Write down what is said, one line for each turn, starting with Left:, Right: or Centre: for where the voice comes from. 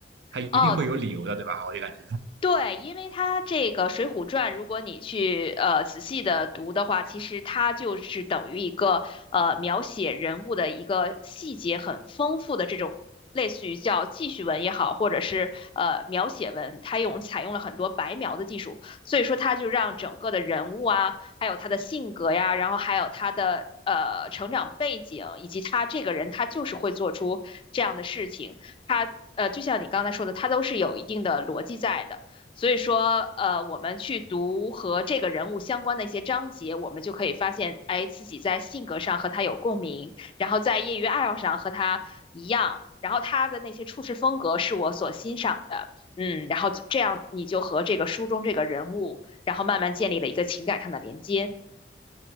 Right: 他一定会有理由的，
Left: 哦，
Right: 对吧？我就感觉。
Left: 对，因为它这个《水浒传》，如果你去呃仔细的读的话，其实它就是等于一个呃描写人物的一个细节很丰富的这种，类似于叫记叙文也好，或者是呃描写文，它用采用了很多白描的技术，所以说它就让整个的人物啊，还有他的性格呀，然后还有他的。呃，成长背景以及他这个人，他就是会做出这样的事情，他呃，就像你刚才说的，他都是有一定的逻辑在的。所以说，呃，我们去读和这个人物相关的一些章节，我们就可以发现，哎，自己在性格上和他有共鸣，然后在业余爱好上和他一样，然后他的那些处事风格是我所欣赏的，嗯，然后这样你就和这个书中这个人物，然后慢慢建立了一个情感上的连接，